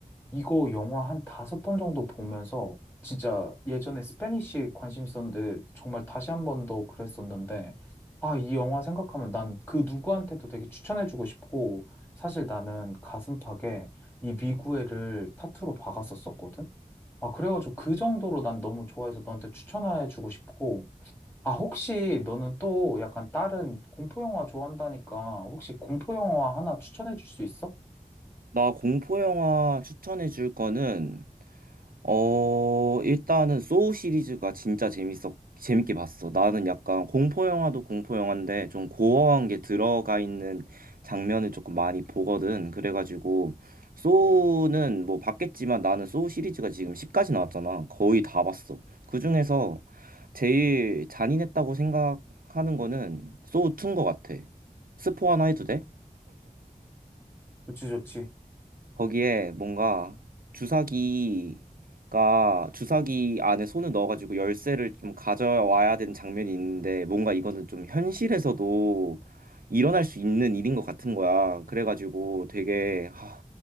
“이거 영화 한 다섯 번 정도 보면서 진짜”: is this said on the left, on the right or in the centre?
Left